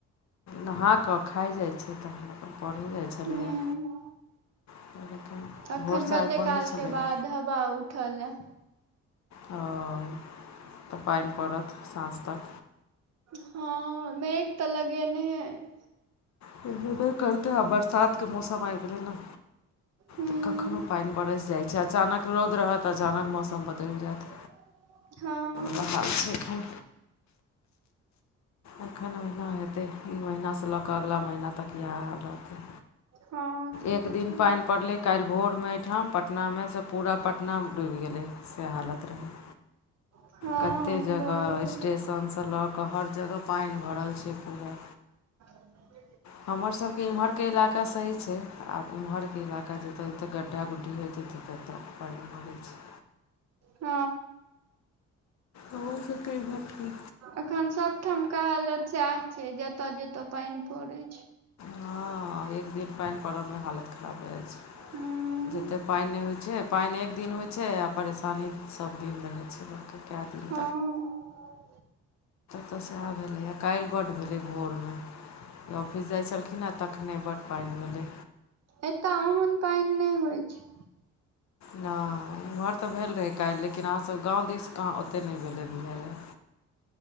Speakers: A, on the left; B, on the right.
A: नहा कऽ खाइ जाइ छै थै तखन अपन पढ़ै जाइ छलैये।
B: हूँ
A: <unintelligible>
B: अखैन कते
A: आइ पढ़ै
B: कालकेँ
A: छलैए
B: बाद हवा उठ ले
A: हँ <inaudible> तऽ पाइन पड़त सांझ तक।
B: हा हा, मेघ त लगेनैये अति।
A: से हेबे करतै, आब बरसात के मौसम आबि गेलै ने
B: हूँ
A: तऽ कखनो पानि बरसि जाइ छै, अचानक रौद रहत अचानक मौसम बदलि जायत।
B: <inaudible> हँ
A: वै हाल छै एखन एखन ओहिना हेतै इ महिनासं लऽ कऽ अगिला महिना तक इएह हाल रहतै।
B: हँ से
A: एक
B: तऽ
A: दिन
B: छै
A: पानि पड़लै काल्हि भोरमे एहिठाम पटना मे से पुरा पटना बहि गेलै से हालत रहै।
B: हँ
A: कतेक जगह
B: भ
A: स्टेशनसँ लऽ कऽ हर जगह पानि भरल छै पुरा
B: <inaudible>
A: हमर सभके इमहरके इलाका सही छै, आब ओमहरके इलाका जतय जतय गड्ढा गुड्ढी हेतै त जत पाइन भरै छै।
B: ह
A: ओहो सभके घरके
B: अखन सभठामके हालत सएह छै, जतय जतय पानि पड़ै छै।
A: ह, एक दिन पानि पर मे हालत खराब भए जाइ छै
B: हूँ
A: जतेक पानि नहि होइत छै, पानि एक दिन होइत छै आ परेशानी सभ दिन रहैत छै लोक के। उठा दियौ
B: ह
A: तऽ सएह भेलैए काल्हि बड्ड भेलै भोरमे फुस जाइ छलखिन हे तखने बड्ड पानि गेलै
B: एतय ओहन पानि नहि होइ छै।
A: नै एमहर तऽ भेल रहै काल्हि लेकिन अहाँ सभ गाव दिस कहा ओतेक नहि भेलै बुझाइए।